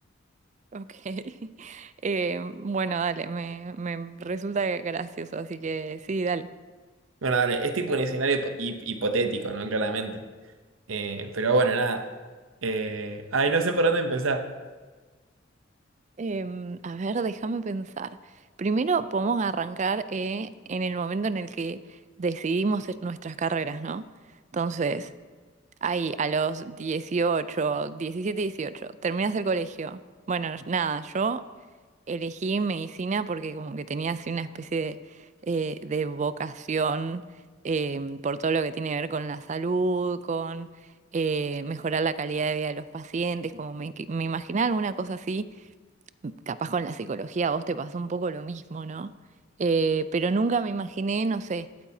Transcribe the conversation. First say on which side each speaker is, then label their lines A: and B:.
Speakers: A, on the right; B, on the right.
A: Ok. <laughs> Eh, bueno, dale, me, me resulta gracioso, así que sí, dale.
B: Bueno, dale, es tipo un escenario hipo- hip- hipotético, ¿no? Claramente. Eh, pero bueno, nada. Eh, ay, no sé por dónde empezar.
A: Em, a ver, déjame pensar. Primero podemos arrancar eh, en el momento en el que decidimos es- nuestras carreras, ¿no? Entonces, ahí a los 18, 17, 18, terminas el colegio. Bueno, nada, yo. elegí medicina porque como que tenía así una especie de, eh, de vocación eh, por todo lo que tiene que ver con la salud, con eh, mejorar la calidad de vida de los pacientes, como me, que- me imaginaba alguna cosa así, capaz con la psicología a vos te pasó un poco lo mismo, ¿no? Eh, pero nunca me imaginé, no sé,